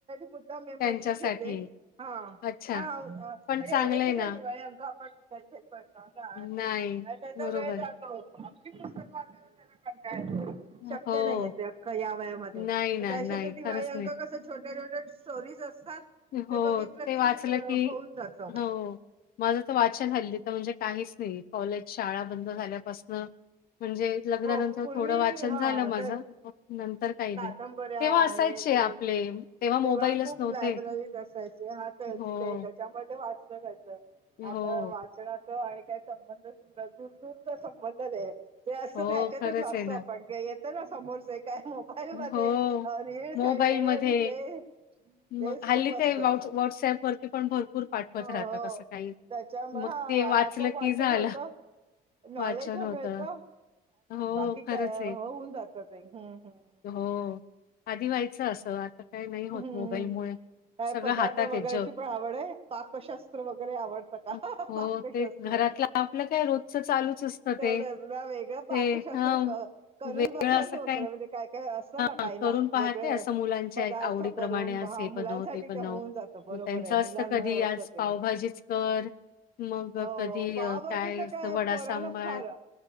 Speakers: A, on the right; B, on the left.
A: मुद्दाम मेबरशीप
B: त्यांच्यासाठी.
A: घेते हां
B: अच्छा.
A: हां अरे
B: पण चांगलं
A: एवढे
B: आहे
A: कुठ
B: ना.
A: काही अंक पण क <unintelligible> पण
B: नाही.
A: आणि त्याचा
B: बरोबर
A: वेळ जातो अगदी पुस्तक वाचायला कंटाळा येतो
B: आहे.
A: शक्य
B: हो.
A: नाही य ते अख्ख या वयामध्ये
B: नाही ना,
A: तर त्याच्यात
B: नाही.
A: दिवाळी
B: खरंच
A: अंक
B: नाही.
A: कसं छोट्या छोट्या स्टोरीज असतात
B: हो.
A: ते बघितलं
B: ते
A: की
B: वाचलं की
A: होऊन जात.
B: हो. माझं तर वाचन हल्ली तर, म्हणजे काहीच नाही, कॉलेज शाळा बंद झाल्यापासन म्हणजे लग्नानंतर
A: हो पूर्वी
B: थोडं वाचन
A: हा
B: झालं माझं,
A: ते
B: मग नंतर काही
A: कादंबऱ्या
B: नाही, तेव्हा
A: आहे
B: असायचे
A: ते
B: आपले मोबाईलच
A: तेव्हा खूप
B: नव्हते.
A: लायब्ररीत असायचे ह त्याच्यामध्ये
B: हो,
A: वाचल जायचं,
B: हो.
A: आता वाचनाच आणि संबंध, दूर दूरचा संबंध नाही, ते अस
B: हो,
A: त्याच्यातच
B: खरंच
A: वाचतो
B: आहे ना.
A: आपण येतं ना समोरच, काय मोबाईल मध्ये
B: हो,
A: रीलस,
B: मोबाईलमध्ये
A: आणि हे आणि ते तेच
B: मग हल्ली
A: खूप असत
B: ते, <unintelligible>
A: अ
B: व्हॉट्सअप वरती पण भर भपूर पाठवत
A: हो.
B: राहतात, असं काही.
A: त्याच्यामुळे
B: मग
A: हा
B: ते वाचलं
A: आपोआप वाचन
B: की झालं.
A: होतं नॉलेज
B: वाचन
A: मिळत,
B: होतं. हो,
A: बाकी काय
B: खरंच आहे.
A: होऊन जात ते्, हम हम.
B: हो, आधी व्हायचं असं, आता काय नाही होत
A: हम्म
B: मोबाईलमुळे.
A: काय
B: सगळं
A: पदार्थ
B: हातात
A: वगैरेची
B: आहे जग.
A: पण आवड आहे, पाकशास्त्र वगैरे आवडतं का?
B: हो हो,
A: पाकशास्त्र
B: ते घरातलं आपलं काय रोजचं चालूच असतं
A: तेवढंच
B: ते.
A: ना, वेगळं
B: ते
A: पाकशास्त्र
B: हं
A: करून
B: वेगळं
A: बघयच
B: असं
A: होत
B: काही
A: काय काय असतं ना, काही
B: हां
A: ना,
B: करून पाहते
A: वेगळ
B: असं मुलांच्या
A: पदार्थ
B: आवडीप्रमाणे
A: करून,
B: आज
A: हा,
B: हे
A: मुलांसाठी,
B: बनव बनव.
A: ते होऊन जातं बरोबर
B: मग त्यांचं
A: आहे,
B: असतं
A: मुलांमुळे
B: कधी
A: होत
B: आज
A: ते
B: पावभाजीच कर, मग
A: हो
B: कधी
A: पावभाजी
B: काय
A: तर
B: अस वडा
A: पोरांना
B: सांबार
A: फार